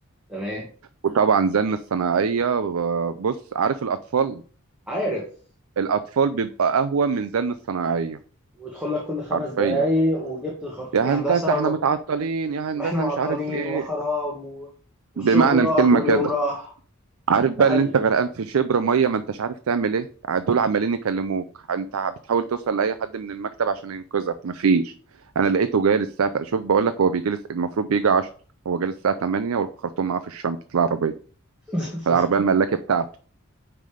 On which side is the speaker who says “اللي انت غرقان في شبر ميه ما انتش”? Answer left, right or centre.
Right